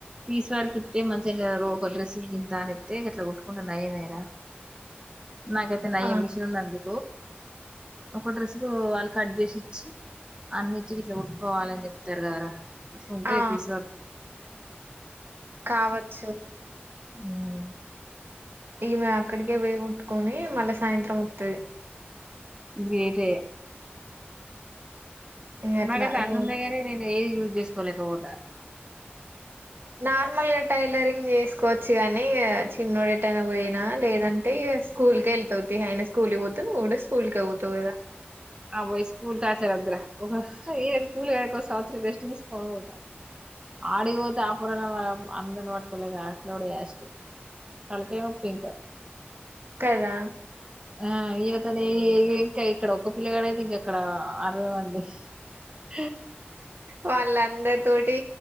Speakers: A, on the right (about 20°); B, on the right (about 65°).
A: పీస్ వర్క్ ఇస్తే మంచిగా ఒక డ్రెస్ గింత అనిస్తే ఇట్లా కొట్కుంటున్నాయ మరా నాకైయితే నయ
B: ఆ
A: మిషన్ అంది ఒక డ్రెస్ కు వాళ్ళు కట్ చేసి ఇచ్చి అన్ని ఇచ్చి ఇట్లా ఉట్టుకోవాలని చెప్తారు కదరా ఉంటాయి
B: ఆ
A: పీస వ
B: కావచ్చు
A: ఉమ్
B: ఈమె అక్కడికే వేగట్టుకొని మళ్ళ సాయంత్రం వస్తుది
A: వేరే
B: ఇగ అట్లా
A: మగా తలున్నా
B: రోజు
A: గనీ నేను ఏది యూజ్ చేసుకోలేక పోదా
B: నార్మల్గా టైలరింగ్ చేసుకోవచ్చు కాగానీ చిన్ననోడు ఎటైనా పోయినా లేదంటే స్కూల్ క వెళ్తవుతి అయన స్కూల్కి పోతు నువ్వు కూడా స్కూల్ క అవుతావు కదా
A: ఆ పోయి స్కూల్ టాచర్ద్దర ఒక స్కూల్వత్స రెస్ట్ తీసుకొని పోతా ఆడిపోతే అపుర మ అందరిని పట్టుకోలేక అట్లాడి వస్ కలకప్పింక
B: కదా
A: ఆ ఇతనే ఏ ఏకై ఇకడుఒ పిల్లగడ అయితే ఇక్కడ అరవై మంది హ
B: వాళ్ళందరి తోటి